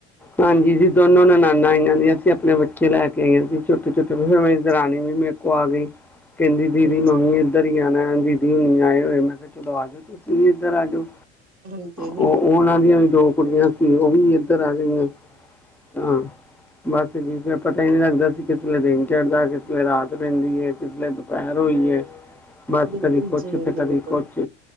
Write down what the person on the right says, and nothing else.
ਅੱਛਾ
ਹਾਂਜੀ
ਹਾਂਜੀ ਜੀ
ਬਿਲਕੁਲ
ਜੀ
ਬਿਲਕੁਲ